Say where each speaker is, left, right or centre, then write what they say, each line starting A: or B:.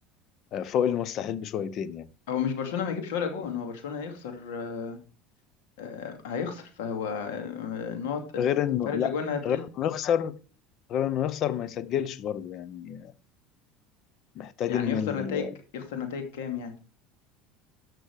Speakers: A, on the left; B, on the left.
A: آه، فوق المستحيل بشويتين يعني
B: هو مش برشلونة ما يجيبش ولا جون هو برشلونة هيخسر آه، آه، هيخسر فهو آه، النقط الفرق
A: غير انه
B: اللي
A: لا
B: جوانا هتقل
A: غير انه وانا يخسر غير انه يخسر ما يسجلش برضه يعني محتاج
B: يعني
A: ان
B: يخسر
A: ال...
B: نتائج يخسر نتائج كام يعني